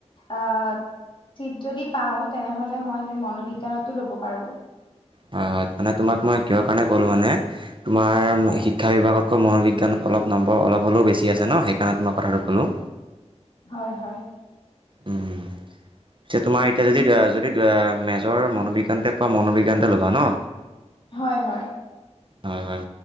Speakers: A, on the left; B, on the right.
A: আহ চিট যদি পাওঁ তেনেহ'লে মই মনবিজ্ঞানতো ল'ব পাৰো।
B: হয় হয় মানে তোমাক মই কিহৰ কাৰণে ক'লো মানে, তোমাৰ
A: হয়
B: শিক্ষা বিভাগতকৈ মনোবিজ্ঞান অলপ নম্বৰ অলপ হ'লেও বেছি আছে ন সেইকাৰণত মই কথাটো ক'লোঁ।
A: হয় হয়
B: উওম। পিছে তোমাৰ এতিয়া যদি দেআ যদি দেআ মেজৰ মনোবিজ্ঞানতে পোৱা মনোবিজ্ঞানতে ল'বা ন।
A: হয় হয়।
B: হয় হয়